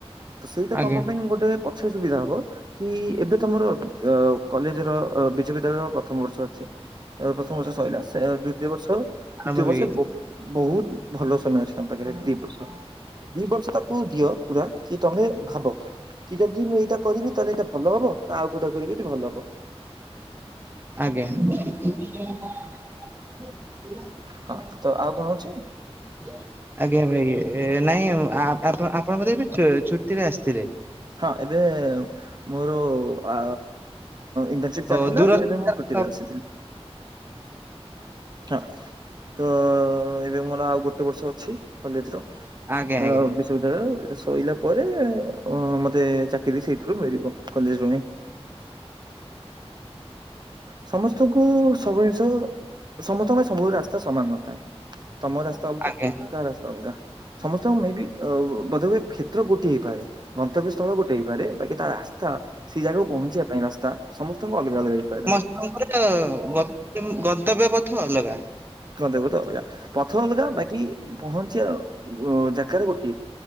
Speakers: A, on the right; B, on the right.
A: ତ ସେଇଟା
B: ଆଜ୍ଞା
A: ତମ ପାଇଁ ଗୋଟେ ପଛ ସୁବିଧା ହଉ କି ଏବେ ତମର କଲେଜ ର ବିଶ୍ୱବିଦ୍ୟାଳୟର ପ୍ରଥମ ବର୍ଷ ଅଛି ପ୍ରଥମ ବର୍ଷ। ଶଇିଲ ସେ ଦ୍ୱିତୀୟ ବର୍ଷ ଦ୍ୱିତୀୟ
B: ଆରମ୍ଭ
A: ବର୍ଷ
B: ହେଇଯାଇଛି।
A: ବହୁତ ଭଲ ସମୟ ଅଛି ତମ ପାଖରେ ଦି ବର୍ଷ ଦି ବର୍ଷ ତାକୁ ଦିଅ ପୁରା କି ତମେ ଭାବ କିଟାଦିନ ଏଇଟା କରିବି ତାହେଲେ ଏଇଟା ଭଲ ହବ ନା ଆଉ କୋଉଟା କରିବି ଭଲ ହବ।
B: ଆଜ୍ଞା। ଆଜ୍ଞା
A: ହଁ ତ ଆଉ କଣ ଅଛି
B: ଭାଇ ଇ ନାଇଁ ଆପଣ ବୋଧେ ଏବେ ଛୁଟି ରେ ଆସିଥିଲେ।
A: ହଁ ଏବେ ମୋର ଆ ଇଣ୍ଟରସିପ ଚାଲିଥିଲା
B: ଓ ଦୂର
A: ତ
B: ବୁଝିପାରୁଛି
A: ଏବେ ମୁଁ ଛୁଟିରେ ଆସିଥିଲି। ହଁ ତ ଏବେ ମୋର ଆଉ ଗୋଟେ ବର୍ଷ ଅଛି କଲେଜ୍ ର
B: ଆଜ୍ଞା
A: ଅ
B: ଆଜ୍ଞା
A: ବିଶ୍ୱବିଦ୍ୟାଳୟ ଏଇଟା ଶଇଲା ପରେ ଅ ମତେ ଦେ ଚାକିରି ସେଇଥିରୁ ମିଲିବ କଲେଜ୍ ରୁ ହିଁ। ସମସ୍ତଙ୍କୁ ସବୁ ଜିନିଷ ସମସ୍ତଙ୍କ ପାଇଁ ସୁବୁ ବେଳେ ରାସ୍ତା ସମାନ ନଥାଏ। ତମ ରାସ୍ତା
B: ଆଜ୍ଞା
A: ଅଲଗା କାହା ରାସ୍ତା ଅଲଗା ସମସ୍ତଙ୍କୁ ମେବି ବଧହୁଏ କ୍ଷେତ୍ର ଗୋଟିଏ ହେଇପାରେ। ଗନ୍ତବ୍ୟ ସ୍ଥଳ ଗୋଟେ ହେଇପାରେ ବାକି ତା ରାସ୍ତା ସେଇ ଜାଗାକୁ ପହଞ୍ଚିବା ପାଇଁ ରାସ୍ତା ସମସ୍ତଙ୍କୁ ହେଇ ପାରିଲା
B: ତାଙ୍କରତ ଗତ୍ୟମ୍ ଗତବ୍ୟ ପଥ ଅଲଗା।
A: କ ଦେହୁ ତ ଅଲଗା ପଥର ଅଲଗା ବାକି ପହଁଞ୍ଚିବାର ଜାଗାରେ ଗୋଟିଏ